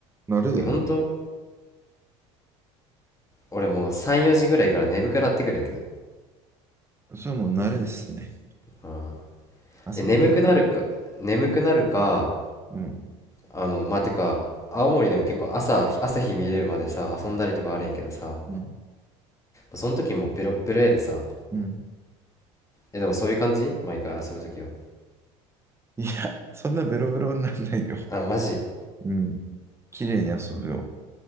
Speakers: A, on the right; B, on the left.
A: 慣れだよな。
B: え本当俺もう3、4時ぐらいから眠くなってくるんやけど
A: それはもう慣れですね。
B: うん
A: 遊び慣れる。
B: え眠くなるか眠くなるか
A: うん。
B: あのまあてか青森でも結構朝朝日見れるまでさ遊んだりとかあるんやけどさ
A: うん。
B: その時もうベロッベロやでさ
A: うん。
B: えでもそういう感じ毎回遊ぶ時は
A: いや、そんなベロベロにならないよ。
B: あマジ
A: うん。綺麗に遊ぶよ。